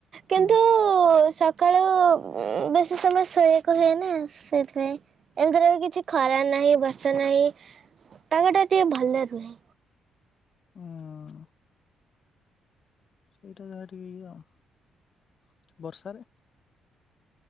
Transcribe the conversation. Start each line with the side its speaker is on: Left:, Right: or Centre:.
Right: କିନ୍ତୁ
Left: ହଁ।
Right: ସକାଳୁ ବେଶୀ ସମୟ ଶୁଏ। ହୁଏ ନା ସେଥିପାଇଁ ଏମତିର କିଛି ଖରା ନାହିଁ ବର୍ଷା ନାହିଁ ପାଗ ଟା ଟିକେ ଭଲ ରୁହେ।
Left: ହଁ ଅଁ ସେଇଟା ଯାହା ଟିକେ ଇଏ ବର୍ଷାରେ